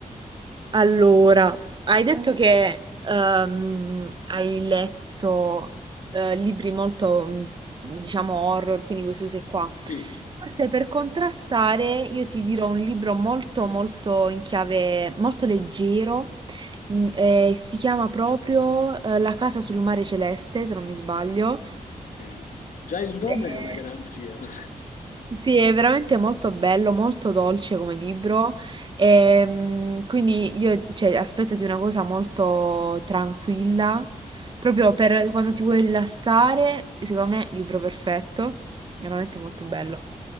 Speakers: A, on the right; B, on the left.
A: Allora, hai detto che ehm, hai letto eh, libri molto, mh, diciamo, horror, quindi questo sei qua.
B: Sì,
A: Forse per contrastare io ti dirò un libro molto, molto in chiave, molto leggero, mh, eh, si chiama proprio eh, La casa sul mare celeste, se non mi sbaglio.
B: ok. Già il nome
A: Eh,
B: è una garanzia. <laughs>
A: sì, è veramente molto bello, molto dolce come libro. Ehm, quindi io, cioè, aspettati una cosa molto tranquilla, proprio per quando ti vuoi rilassare, secondo me, libro perfetto, veramente
B: Okay.
A: molto bello.